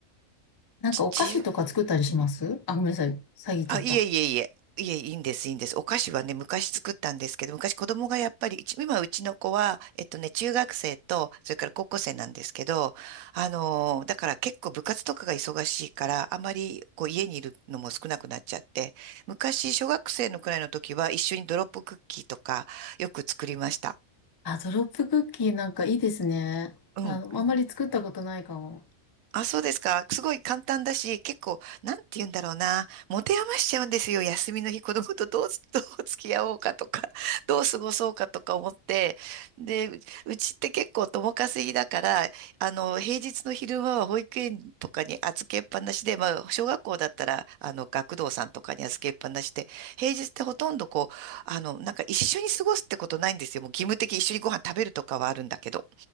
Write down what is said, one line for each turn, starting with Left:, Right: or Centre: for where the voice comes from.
Left: なんかお菓子とか作ったりしますあ、
Right: 父
Left: ごめんなさい。詐欺ちゃった。
Right: あ、いえいえいえ。いえ、いいんです、いいんです。お菓子はね、昔作ったんですけど、昔子供がやっぱり、うち今うちの子は、えっとね、中学生と、それから高校生なんですけど、あのーだから結構部活とかが忙しいから、あまりこう家にいるのも少なくなっちゃって、昔小学生のくらいの時は一緒にドロップクッキーとかよく作りました。
Left: あ、ドロップクッキーなんかいいですね。
Right: うん。
Left: あの、あんまり作ったことないかも。
Right: あ、そうですか。すごい簡単だし、結構、なんて言うんだろうな。持て余しちゃうんですよ。休みの日、子供とどう、<laughs> どう付き合おうかとか、どう過ごそうかとか思って。で、ううちって結構共稼ぎだから、あの、平日の昼間は保育園とかに預けっぱなしで、まあ、小学校だったら、あの、学童さんとかに預けっぱなしで、平日ってほとんどこう、あの、なんか一緒に過ごすってことないんですよ。もう義務的に一緒にご飯食べるとかはあるんだけど。